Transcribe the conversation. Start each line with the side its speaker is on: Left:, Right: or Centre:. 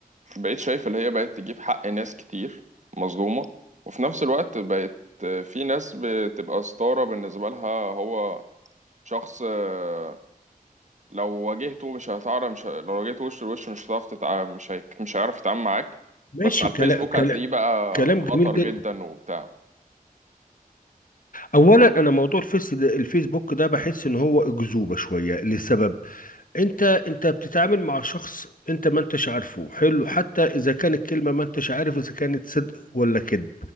Right: بقيت شايف اللي هي بقت تجيب حق ناس كتير مظلومة وفي نفس الوقت بقت آه، في ناس بتبقى ستارة بالنسبة لها هو شخص آه، لو واجهته مش هتعرف مش ه... لو واجهته وش لوش مش هتعرف تتع... مش هيك... مش هيعرف يتعامل معاك
Left: ماشي
Right: بس على
Left: كلام
Right: الفيسبوك
Left: كلام
Right: هتلاقيه بقى
Left: كلام
Right: خطر
Left: جميل جدا
Right: جدا وبتاع
Left: أولا أنا موضوع الفيس ده الفيسبوك ده بحس إن هو أكذوبة شوية لسبب انت انت بتتعامل مع شخص انت ما انتش عارفه حلو حتى اذا كانت كلمه ما انتش عارف اذا كانت صدق ولا كذب